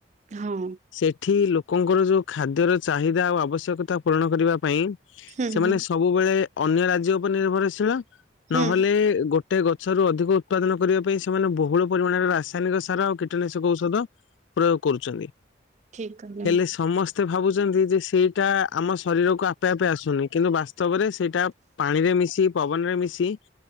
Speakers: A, on the right; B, on the left.
A: ହଁ।
B: ସେଠି ଲୋକଙ୍କର ଯୋଉ ଖାଦ୍ୟର ଚାହିଦା ଆଉ ଆବଶ୍ୟକତା ପୂରଣ କରିବା ପାଇଁ
A: ହୁଁ
B: ସେମାନେ
A: ହୁଁ
B: ସବୁବେଳେ ଅନ୍ୟ ରାଜ୍ୟ ଉପରେ ନିର୍ଭରଶୀଳ
A: ହୁଁ।
B: ନହେଲେ ଗୋ ଟେ ଗଛରୁ ଅଧିକ ଉତ୍ପାଦନ କରିବା ପାଇଁ ସେମାନେ ବୋହୁଳ ପରିମାଣରେ ରାସାୟନିକ ସାର କୀଟନାଶକ ଔଷଧ ପ୍ରୟୋଗ କରୁଚନ୍ତି
A: ଠିକ୍ କହିଲେ।
B: ହେଲେ ସମ ସ୍ତେ ଭାବୁଚନ୍ତି ଯେ ସେଇଟା ଆମ ଶରୀରକୁ ଆପେ ଆପେ ଆସୁନି କିନ୍ତୁ ବାସ୍ତବରେ ସେଇଟା ପାଣିରେ ମିଶି ପବନରେ ମିଶି